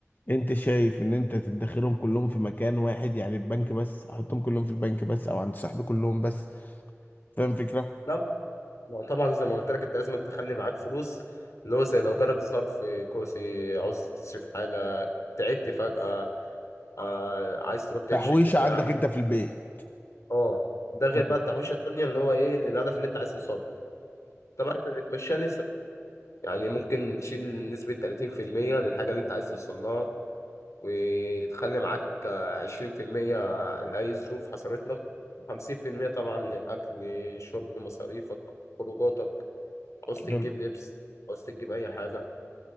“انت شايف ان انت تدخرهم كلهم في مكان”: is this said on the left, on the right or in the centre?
Left